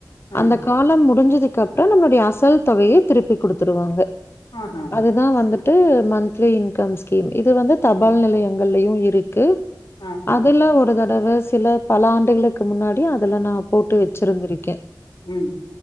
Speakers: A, on the left; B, on the left.
A: ஆ
B: அந்த காலம் முடிஞ்சதுக்கு அப்றோ நம்மளுடைய அசல் தொகைய திருப்பி கொடுத்துருவாங்க
A: ஆஹ்ஹா
B: அதுதா வந்துட்டு மந்திலி இன்கம் ஸ்கீம் இது வந்து தபால்
A: ஓகே
B: நிலையங்கங்களையு இருக்கு
A: ஆ ஆ
B: அதுல்லா ஒரு தட பலசில பல ஆண்டுகளுக்கு முன்னாடி அதுல நா போட்டு வச்சிருந்திருக்கே
A: ம்